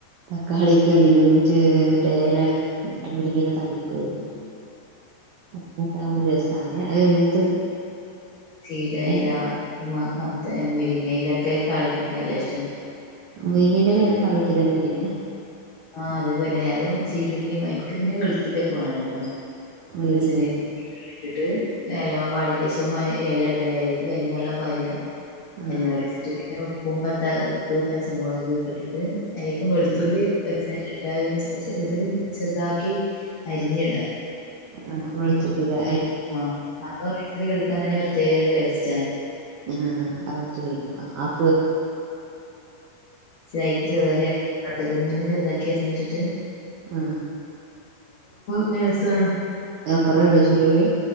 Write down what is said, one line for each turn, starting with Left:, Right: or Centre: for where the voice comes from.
Right: തക്കാളി കറി മറ്റേ എല മറ്റെ മുരിങ്ങല താളിക്കാർന്നു അങ്ങനക്കാവുമ്പൊ രസാണ് അത് എന്ത്
Left: ചീരയില
Right: ഏ
Left: മുവ മത്ത മുരിങ്ങയിലൊക്കെ താളിപ്പിക്കല്ല ഷ്ടാണ്
Right: വൈനീന്റെല എങ്ങനെ താളിക്കതേനു വിരിഞെ
Left: ആ അതെപോലെ അത് ചീരുള്ളി അയ്ൽക്ക് പിന്നെ വെള്തുള്ളിക്കെ വേണട്ടോ
Right: മുരിങ്ങേന്റെല
Left: വെളിച്ചെണ്ണീക്ക് ചീരുള്ളിട്ട്ട്ട്. എലോ വാടി ദേശം ഏലട എലീക്ക് കഞ്ഞിവെള്ളം പാര
Right: ആ
Left: കഞ്ഞിവെള്ളയ്ചിട്ട് പിന്ന ഉപ് ഉപ്പും പത്ത ഉപ്പ് പച്ചമൊളകൊക്കെ ഇട്ട്ട്ട് അതീക്കും വെള്ത്തുള്ളീ
Right: ഉം.
Left: <unintelligible> ഇട്ട ചെറ്താക്കി അരിഞ്ഞിട
Right: ആ വെള്ത്തുള്ളിലെ
Left: ആ അപ്പൊ മിക്സി കടിക്കാൻ തന്നെ പ്രത്യേക ടേസ്റ്റാണ്
Right: ആ.... അവിടുതുടടിക്കും ആ <unintelligible>
Left: ചായെക്ക് ചെറുതാക്കി അരിഞ്ഞിട പട്ടത്തില് ങ്ങനെ ചെറ്താക്കി അരിഞ്ഞ്ട്ട്ട്ട്
Right: ആ
Left: കെരസാണ്
Right: ഞാൻ കൊറേടൊ ചെറുള്ളി